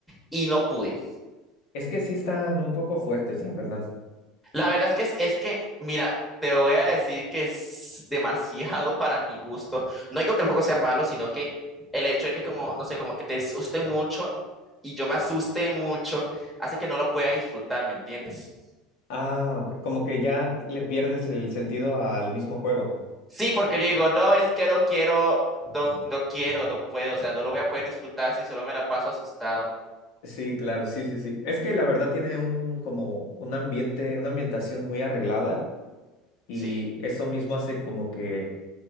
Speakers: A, in the centre; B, on the left.
A: y no pude.
B: Es que sí están un poco fuertes, la verdad.
A: La verdad es que es, es que, mira, te voy a decir que es demasiado para mi gusto. No digo que el juego sea malo, sino que el hecho de que como, no sé, como que te asuste mucho y yo me asuste mucho, hace que no lo pueda disfrutar, ¿me entiendes?
B: Ah, ok. Como que ya le pierdes el sentido al mismo juego.
A: Sí, porque yo digo, no, es que no quiero, no, no quiero, no puedo, o sea, no lo voy a poder disfrutar si solo me la paso asustado.
B: Sí, claro, sí, sí, sí. Es que la verdad tiene un como un ambiente, una ambientación muy arreglada y
A: Sí,
B: eso mismo hace como que,